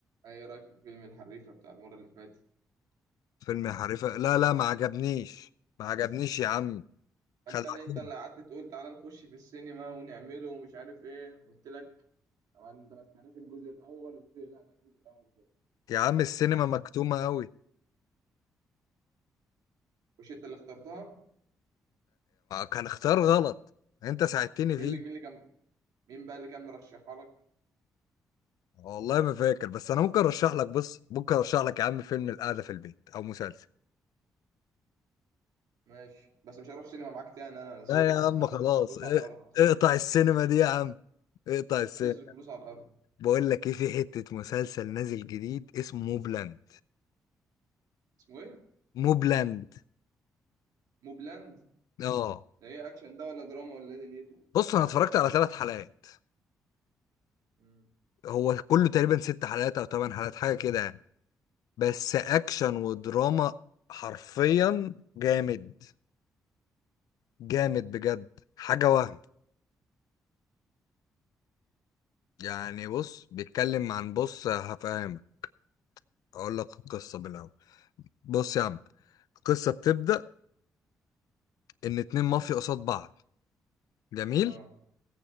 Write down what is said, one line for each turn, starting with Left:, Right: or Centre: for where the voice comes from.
Right: ايه رايك في فيلم الحريفه بتاع المره اللي فاتت
Left: فيلم حريفة لا لا ما عجبنيش ما عجبنيش يا عم خدعتني
Right: انت اللي انت اللي قعدت تقول تعالى نخش في السينما ونعمله ومش عارف ايه قلت لك طبعا انت ما سمعناش الجزء الاول قلت لي لا ده الجزء الاول جامد
Left: يا عم السينما مكتومة قوي
Right: مش انت اللي اخترتها
Left: كان اختيار غلط انت ساعدتني
Right: مين
Left: فيه
Right: اللي مين اللي كان مين بقى اللي كان مرشحها لك
Left: والله ما فاكر بس انا ممكن ارشح لك بص ممكن ارشح لك يا عم فيلم القعدة في البيت او مسلسل
Right: ماشي بس مش هروح سينما معاك تاني انا زهقت
Left: لا يا عم
Right: هنقعد
Left: خلاص
Right: نصرف فلوس
Left: اه-
Right: على الارض
Left: اقطع السينما دي يا عم اقطع السينما
Right: هنصرف فلوس على الارض
Left: بقول لك ايه في حتة مسلسل نازل جديد اسمه موبلاند
Right: اسمه ايه
Left: موبلاند
Right: موبلاند
Left: اه
Right: ده ايه اكشن ده ولا دراما ولا ايه دنيته
Left: بص انا اتفرجت على ثلاث حلقات
Right: مم.
Left: هو كله تقريبا ست حلقات او ثمان حلقات حاجه كده يعني. بس اكشن ودراما حرفيا جامد جامد بجد حاجة وهم يعني بص بيتكلم عن بص هفهمك اقول لك القصة من الاول بص يا عم القصة بتبدأ ان اتنين مافيا قصاد بعض جميل
Right: اه